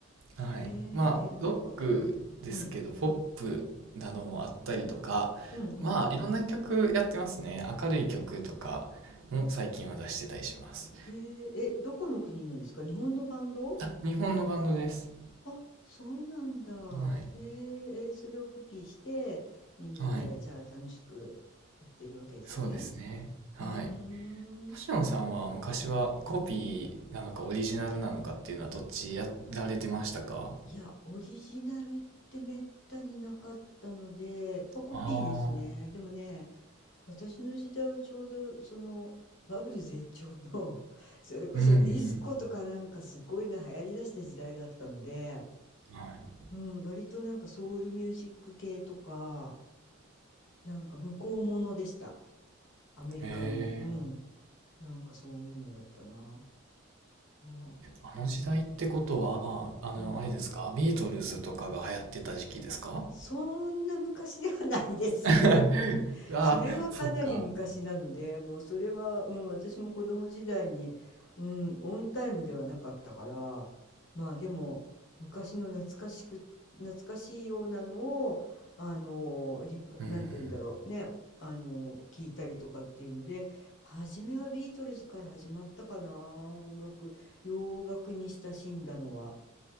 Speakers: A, on the right (about 70°); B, on the left (about 60°).
A: はい。
B: へえ、
A: まあ、
B: え、なんか、
A: ロックですけど、
B: うん、うん、
A: ポップなどもあったりとか、
B: うん、うん。
A: まあ、いろんな曲やってますね。明るい曲とかも最近は出してたりします。
B: へえ、え、どこの国のですか日本のバンド
A: あ、日本のバンドです。
B: あ、そうなんだ。
A: はい。
B: へえ、え、それをコピーして、みんなで、
A: はい。
B: じゃあ楽しくやってるわけですね。
A: そうですね。はい。
B: うーん。
A: 星野さんは昔はコピーなのかオリジナルなのかっていうのはどっちやられてましたか
B: いや、オリジナルってめったになかったので、やっぱコピーですね。
A: ああ
B: でもね、私の時代はちょうどそのバブル絶頂の <laughs> それこそディスコとかなんかすごいな流行りだした時代だったので、
A: ー、うんうん。はい。
B: うん、割となんかソウルミュージック系とかなんか向こうものでしたアメリカのうん
A: ええ、
B: なんかそういうのだったなは
A: あの時代ってことは、あの、
B: い、うん
A: あれですかビートルズとかが流行ってた時期ですか
B: そんな昔ではないです
A: <laughs> ああ、
B: それはかなり昔なので、
A: そっか。
B: もうそれは、うん、私も子供時代に、うん、オンタイムではなかったから、まあでも、昔の懐かしく、懐かしいようなのを、あの、ひっぱ、
A: うん。
B: なんて言うんだろう、ね、あの、聞いたりとかっていうので、初めはビートルズから始まったかな、音楽、洋楽に親しんだのは。